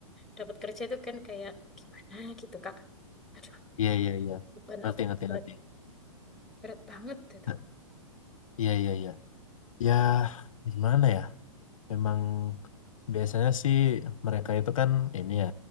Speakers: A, in the centre; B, on the left.
A: dapat kerja itu kan kayak gimana gitu, Kak. Aduh,
B: Iya, iya, iya.
A: beban
B: Ngerti,
A: aku
B: ngerti,
A: berat,
B: ngerti.
A: berat banget itu.
B: <clears throat> Ah, Iya, iya, iya. Ya, gimana ya? Memang biasanya sih mereka itu kan ini ya,